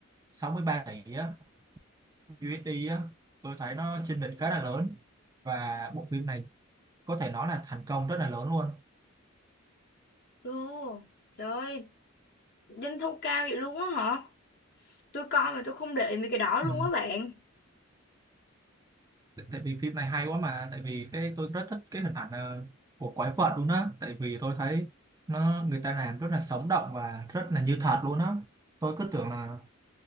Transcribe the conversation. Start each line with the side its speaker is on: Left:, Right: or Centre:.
Right: sáu mươi ba tỷ á, USD á. Tôi thấy nó chênh lệch khá là lớn và bộ phim này có thể nói là thành công rất là lớn luôn.
Left: Ồ, trời ơi, doanh thu cao vậy luôn á hả? Tôi coi mà tôi không để ý mấy cái đó
Right: Ừ,
Left: luôn á bạn.
Right: tại tại vì phim này hay quá mà tại vì cái tôi rất thích cái hình ảnh ờ, của quái vật luôn á tại vì tôi thấy nó người ta làm rất là sống động và rất là như thật luôn á tôi cứ tưởng là